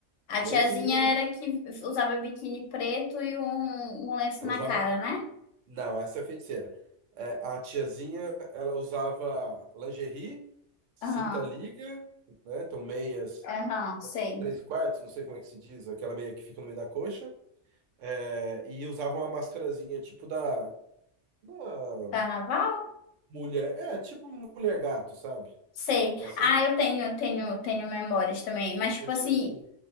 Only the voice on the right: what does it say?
Tiazinha.
Ela
usava...
Não, essa é a feiticeira. É, a tiazinha, ela usava lingerie, cinta
liga, né? Então, meias
três quartos, não sei como é que se diz, aquela meia que fica no meio da coxa, é, e usava uma mascarazinha tipo da, da
mulher, é, tipo mulher gato, sabe?
Essa
era,
essa
é a tiazinha.